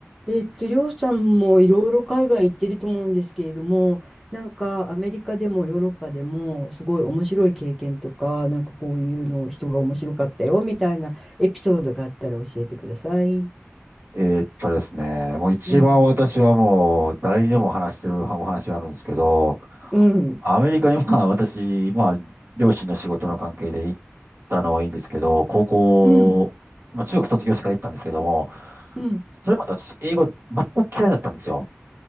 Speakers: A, in the centre; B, on the right.
A: えっと、りょうさんもいろいろ海外行ってると思うんですけれども、なんかアメリカでもヨーロッパでもすごい面白い経験とか、なんかこういうのを人が面白かったよみたいなエピソードがあったら教えてください。
B: えーっとですね、もう一番私はもう誰にでも話してるお話があるんですけど、
A: うん。うん。
B: アメリカにまあ私、まあ両親の仕事の関係で行ったのはいいんですけど、高校、
A: うん。
B: まあ中学卒業してから行ったんですけども、
A: うん。
B: それまで私英語全く嫌いだったんですよ。